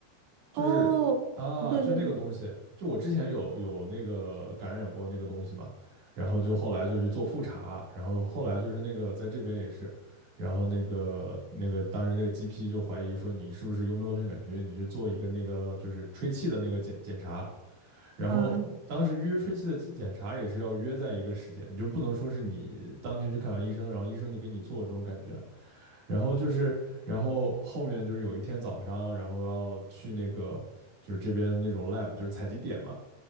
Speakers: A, on the right; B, on the right.
A: 就是啊，
B: 哦，对对对，
A: 就那个东西，就我之前有有那个感染过那个东西嘛，然后就后来就是做复查，然后后来就是那个在这边也是，然后那个那个当时那个 GP 就怀疑说你是不是幽门螺旋杆菌，你去做一个那个就是吹气的那个检检查。然后当时约吹气的检查也是要约在一个时间，
B: 啊
A: 你就不能说是你当天去看完医生，然后医生就给你做这种感觉。然后就是，然后后面就是有一天早上，然后要去那个就是这边那种 lab，就是采集点嘛，